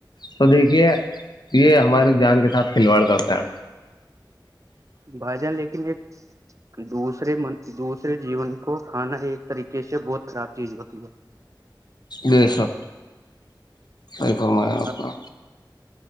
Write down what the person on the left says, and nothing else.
تو دیکھیے یہ ہماری جان کے ساتھ کھلواڑ کرتے ہیں
یہ سب صیفم ہے آپ
کا